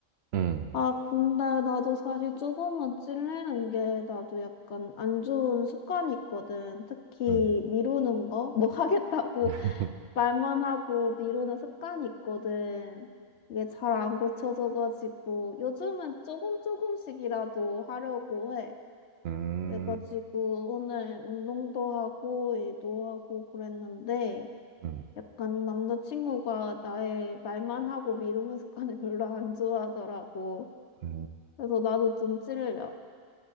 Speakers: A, on the right; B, on the left.
A: 응,
B: 아, 근데 나도 사실 조금만 찔리는 게 나도 약간 안 좋은 습관이 있거든. 특히
A: 응,
B: 미루는 거? 뭐 하겠다고
A: 응, <laughs>
B: 말만 하고 미루는 습관이 있거든. 이게 잘 안 고쳐져가지고 요즘은 조금 조금씩이라도 하려고 해.
A: 음,
B: 그래가지고 오늘 운동도 하고 일도 하고 그랬는데
A: 음,
B: 약간 남자친구가 나의 말만 하고 미루는 습관을 <laughs> 별로 안 좋아하더라고.
A: 음.
B: 그래서 나도 좀 찔려.